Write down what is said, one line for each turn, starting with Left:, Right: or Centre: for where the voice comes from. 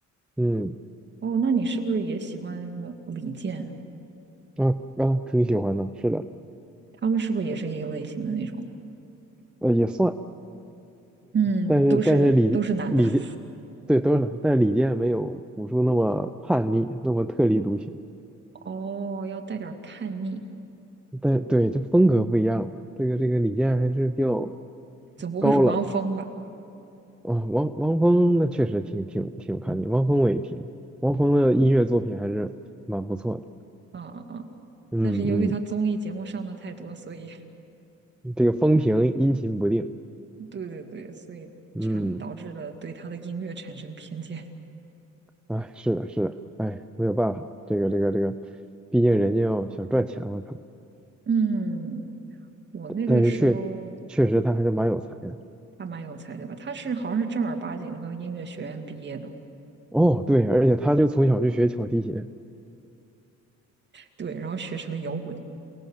Centre: 嗯，
Right: 哦。那你是不是也喜欢什么李健？
Centre: 啊啊，挺喜欢的，是的，
Right: 他们是不是也是一个类型的那种？
Centre: 呃，也算，
Right: 嗯，
Centre: 但是但是李李健，
Right: 都是都是男的。<laughs>
Centre: 对，都是，但是李健没有朴树那么叛逆，那么特立独行。
Right: 哦，要带点儿叛逆，
Centre: 但对，这风格不一样，这个这个李健还是比较
Right: 总不会是汪峰吧？
Centre: 高冷啊。汪汪峰那确实挺挺挺有看点，汪峰我也听，汪峰的音乐作品还是蛮不错的。
Right: 嗯嗯嗯。
Centre: 嗯嗯，
Right: 但是由于他综艺节目上的太多，所以
Centre: 这个风评阴晴不定。
Right: <laughs> 对对对，所以产导致了对他的音乐产生偏见。
Centre: 嗯，哎，是的，是的，哎，没有办法，这个这个这个，毕竟人家要想赚钱嘛，可能，
Right: <laughs> 嗯，我那个时候
Centre: 但是确确实他还是蛮有才的。
Right: 他蛮有才对吧？他是好像是正儿八经的音乐学院毕业的，
Centre: 哦，对，而且他就从小就学小提琴。
Right: 对，然后学成了摇滚。